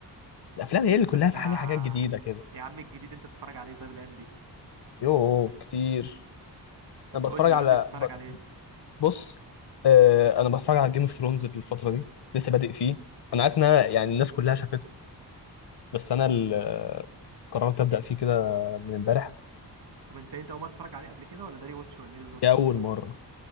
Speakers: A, on the left (about 70°); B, on the right (about 70°).
A: الافلام هي اللي كلها
B: طب
A: في
B: يا
A: حاجة حاجات جديدة كده
B: يا عم الجديد انت بتتفرج عليه طيب الايام دي
A: يوه كتير
B: طب
A: انا بتفرج
B: قول لي
A: على
B: قول لي بتتفرج عليه
A: بص آه انا بتفرج على جيم اوف ثرونز الفتره دي لسه بادئ فيه انا عارف ان أنا يعني الناس كلها شافته بس انا ال- آه، قررت ابدا فيه كده من امبارح
B: طب انت انت اول مره تتفرج عليه قبل كده ولا داري واتش ولا ايه بالظبط
A: دي اول مره